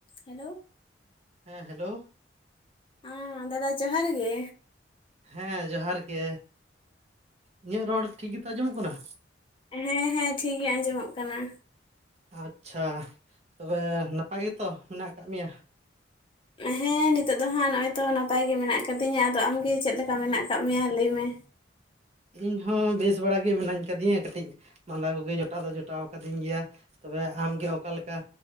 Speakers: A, on the left; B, on the right.
A: Hello
B: ᱦᱮᱸ hello
A: ᱟᱸ ᱫᱟᱫᱟ ᱡᱚᱦᱟᱨ ᱜᱮ
B: ᱦᱮᱸ ᱡᱚᱦᱟᱨ ᱜᱮ ᱤᱧᱟᱹᱜ ᱨᱚᱲ ᱴᱷᱤᱠ ᱜᱮᱛᱚ ᱟᱸᱡᱚᱢᱚᱜ ᱠᱟᱱᱟ?
A: ᱦᱮᱸ ᱦᱮᱸ ᱴᱷᱤᱠ ᱜᱮ ᱟᱸᱡᱚᱢᱚᱜ ᱠᱟᱱᱟ᱾
B: ᱟᱪᱪᱷᱟ ᱛᱚᱵᱮ ᱱᱟᱯᱟᱭ ᱜᱮᱛᱚ ᱢᱮᱱᱟᱜ ᱟᱠᱟᱜ ᱢᱮᱭᱟ
A: ᱦᱮᱸ ᱱᱤᱛᱚᱜ ᱫᱚ ᱦᱟᱸᱜ ᱱᱚᱜᱼᱚᱭ ᱛᱚ ᱱᱟᱯᱟᱭ ᱜᱮ ᱢᱮᱱᱟᱜ ᱟᱠᱟᱫᱤᱧᱟ, ᱟᱫᱚ ᱟᱢᱜᱮ ᱪᱮᱫ ᱞᱮᱠᱟ ᱢᱮᱱᱟᱜ ᱟᱠᱟᱫ ᱢᱮᱭᱟ ᱞᱟᱹᱭ ᱢᱮ?
B: ᱤᱧ ᱦᱚᱸ ᱵᱮᱥ ᱵᱟᱲᱟ ᱜᱮ ᱢᱤᱱᱟᱹᱧ ᱠᱟᱫᱤᱧᱟ ᱠᱟᱹᱴᱤᱡ᱾ ᱢᱟᱸᱫᱟ ᱠᱚᱜᱮ ᱡᱚᱴᱟᱣ ᱫᱚ ᱡᱚᱴᱟᱣ ᱠᱟᱹᱫᱤᱧ ᱜᱮᱭᱟ ᱛᱚᱵᱮ ᱟᱢᱜᱮ ᱚᱠᱟ ᱞᱮᱠᱟ?